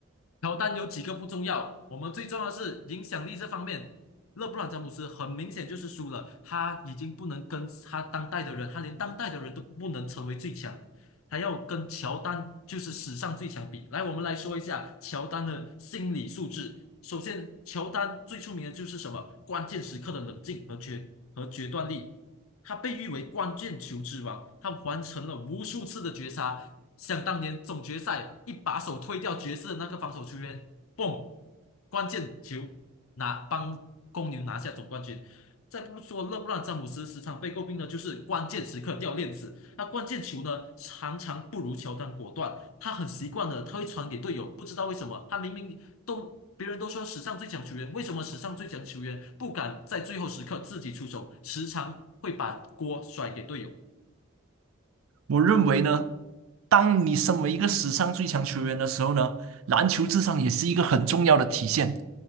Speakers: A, on the left (about 80°); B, on the right (about 75°).
A: 乔丹有几个不重要，我们最重要的是影响力这方面。勒布朗詹姆斯很明显就是输了，他已经不能跟他当代的人，他连当代的人都不能成为最强，还要跟乔丹就是史上最强比。来，我们来说一下乔丹的心理素质。首先，乔丹最出名的就是什么？关键时刻的冷静和决和决断力。他被誉为关键球之王，他完成了无数次的绝杀。想当年总决赛一把手推掉爵士的那个防守球员，嘣，关键球拿帮公牛拿下总冠军。再不说勒布朗詹姆斯时常被诟病的就是关键时刻掉链子。那关键球呢，常常不如乔丹果断。他很习惯的，他会传给队友，不知道为什么，他明明都别人都说史上最强球员，为什么史上最强球员不敢在最后时刻自己出手，时常会把锅甩给队友。
B: 我认为呢，当你身为一个史上最强球员的时候呢，篮球智商也是一个很重要的体现。